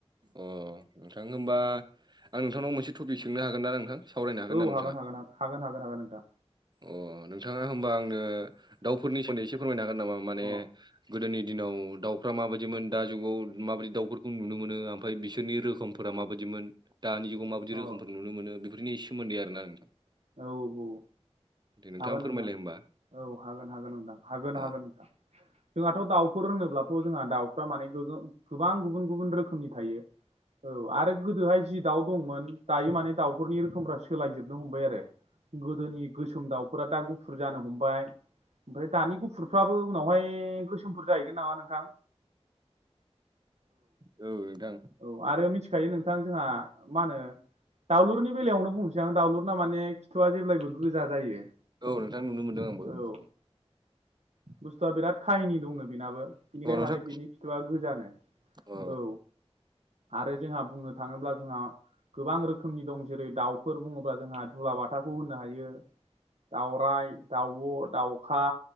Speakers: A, on the right; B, on the right.
A: अ नोंथां होमबा
B: औ
A: आं नोंथांनाव मोनसे टपिक सोंनो हागोन ना नोंथां? सावरायनो
B: औ
A: ना नोंथाङा
B: हागोन होन हागोन हागोन हागोन नोंथां।
A: अ नोंथाङा होमबा आंनो दाउफोरनि सोमोन्दै एसे फोरमायनो हागोन नामा माने
B: अ
A: गोदोनि दिनाव दाउफ्रा माबायदिमोन दा जुगाव माबायदि दाउफोरखौ नुनो मोनो आं। ओमफ्राय बिसोरनि रोखोमफोरा माबायदिमोन दानि जुगाव माबायदि
B: अ औ
A: रोखोमफोर नुनो मोनो बेफोरनि सोमोन्दै आरोना नोंथां।
B: औ औ
A: दे नोंथाङा
B: हागोन
A: फोरमायलाय
B: नोंथां
A: होमबा
B: औ हागोन हागोन नोंथां हागोन
A: औ
B: हागोन नोंथां। जोंहाथ' दाउफोर रोङोब्लाथ' जोंहा दाउफ्रा माने गोगो गोबां गुबुन गुबुन रोखोमनि थायो। औ आरो गोदोहाय जि दाउ दंमोन दायो माने दाउफोरनि रोखोमफ सोलायजोबनो हमबाय आरो गोदोनि गोसोम दाउफोरा दा गुफुर जानो हमबाय। ओमफ्राय दानि गुफुरफ्राबो उनावहाय गोसो समोमफोर जाहैगोन नामा नोंथां?
A: औ नोंथां
B: औ। औ आरो मिथिखायो नोंथां जोंहा मा होनो दाउलुरनि बेलायावनो बुंसै आं दाउलुरना माने फिथ'आ जेब्लायबो गोजा जायो।
A: औ नोंथां नुनो मोनदों आंबो
B: औ बुस्थुआ बिराद काहिनि दंनो बिनाबो बिनिखायनो
A: अ नोंथां
B: माने बिनि फिथुआ गोजानो
A: अ
B: औ। आरो जोंहा बुंनो थाङोब्ला जोंहा गोबां रोखोमनि दं जेरै दाउफोर बुङोब्ला जोंहा दुलाबाथाखौ होनो हायो। दाउरराय दाउब' दाउखा